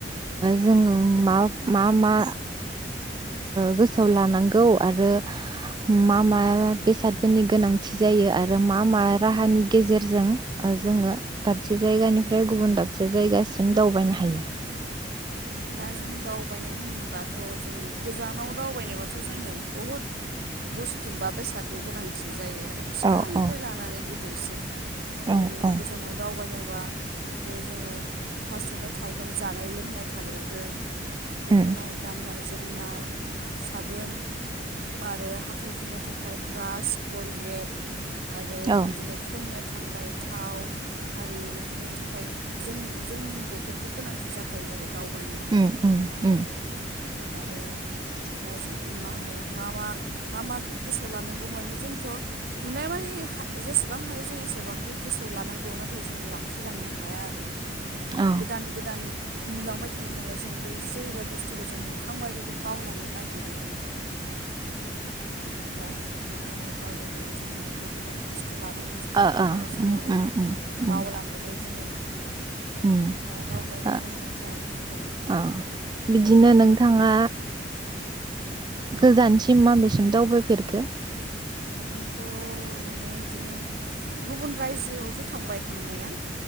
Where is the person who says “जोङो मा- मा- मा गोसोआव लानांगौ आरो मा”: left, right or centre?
Right